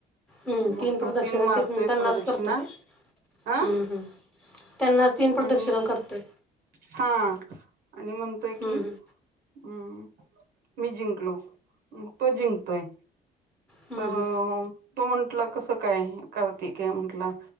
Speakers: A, in the centre; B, on the right.
A: हम्म,
B: मग
A: तीन प्रदक्षिणा
B: तो मारतोय
A: ते त्यांनाच
B: प्रदक्षिणा
A: करतोय काय?
B: हा
A: त्यांनाच तीन प्रदक्षिणा
B: आणि
A: करतोय.
B: हा,, आणि म्हणतोय
A: हम्म
B: की, हम्म,, मी जिंकलो,, मग तो जिंकतोय.
A: हम्म
B: तर
A: हम्म
B: तो म्हटला कसं काय कार्तिक आहे म्हंटला